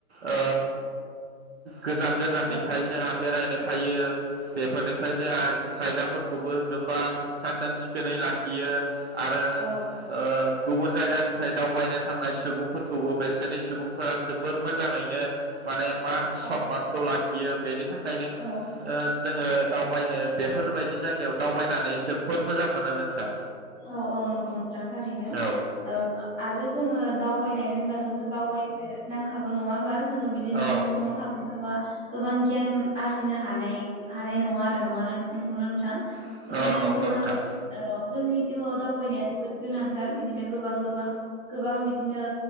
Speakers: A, on the right; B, in the centre.
A: ओ गोजान गोजाननिफ्राय
B: औ
A: जोंहा बेरायनो फैयो बेफोरनिफ्राय जा जायगाफोरखौबो गोबां साखोन-सिख खोनै लाख यो आरो
B: औ
A: ओ गुबुन जायगानिफ्राय दावबायनो थांनाय सुबुंफोरखौबो बेसोरनि सुबुंफोरा जोबोर मोजाङैनो माने मा
B: औ
A: सनमानखौ लाख खियो बेनि थाखायनो
B: औ
A: ओ जोङो दावबायनो बेफोरबायदि जायगायाव दावबायनानै जोबोर मोजां मोनो नोंथां
B: औ औ नंगौ नोंथां थारैनो
A: औ
B: ओ आरो जोङो दावबायनाय हो होनब्लाथ' जों दावबायनो नांखागौ नङा होमब्ला जोङो बिदिनो
A: औ
B: न' सिङाव थाबाय थाबा गोबां गियान आरजिनो हानाय हानाय नङा आरो न'आनो नंगौना नोंथां
A: औ
B: बिदिनो
A: नंगौ
B: जोङो
A: नोंथां
B: ओ जोंनि दावबायनाय ओ जोबोद गोनांथार बिदिनो गोबां गोबां गोबां बिदिनो